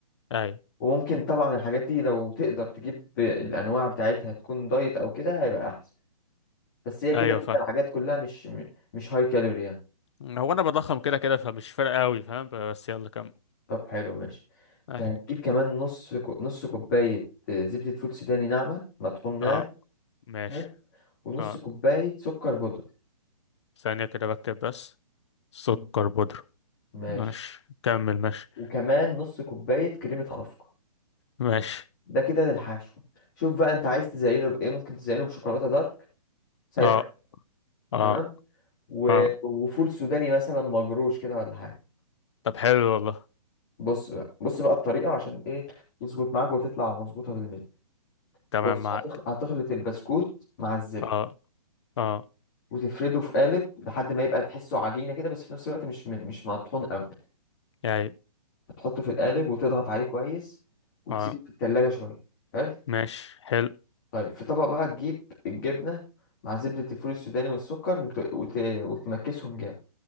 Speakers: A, on the left; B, on the left.
A: ايوه
B: وممكن طبعا الحاجات دي لو تقدر تجيب الانواع بتاعتها تكون دايت او كده هيبقى احسن بس هي كده
A: ايوه
B: كده
A: فاهم
B: الحاجات كلها مش م- مش هاي كالوري يعني
A: هو انا بضخم كده كده فمش فارق قوي فاهم بس يلا كمل
B: طب حلو ماشي انت
A: أيوة.
B: هتجيب كمان نص كو- نص كوباية زبدة فول سوداني ناعمة مطحون ناعم
A: اه ماشي
B: حلو ونص
A: اه
B: كوباية سكر بودرة
A: ثانية كده بكتب بس سكر
B: م.
A: بودرة
B: ماشي
A: ماشي كمل ماشي
B: وكمان نص كوباية كريمة خفق
A: ماشي
B: ده كده للحشو شوف بقى انت عايز تزينه بايه ممكن تزينه بشوكولاتة دارك سايحة
A: اه اه
B: تمام و...
A: اه
B: وفول سوداني مثلا مجروش كده ولا حاجة
A: طب حلو والله
B: بص بقى بص بقى الطريقة عشان ايه تظبط معاك وتطلع مظبوطة بالملي
A: تمام
B: بص
A: معاك
B: هتخ... هتخلط البسكوت مع الزبدة
A: اه اه
B: وتفرده في قالب لحد ما يبقى تحسه عجينة كده بس في نفس الوقت مش م... مش مطحون قوي
A: يعني
B: هتحطه في القالب وتضغط عليه كويس وتسيبه
A: اه
B: في التلاجة شوية حلو
A: ماشي حلو
B: طيب في طبق بقى تجيب الجبنة مع زبدة الفول السوداني والسكر وت... وت... وتمكسهم جامد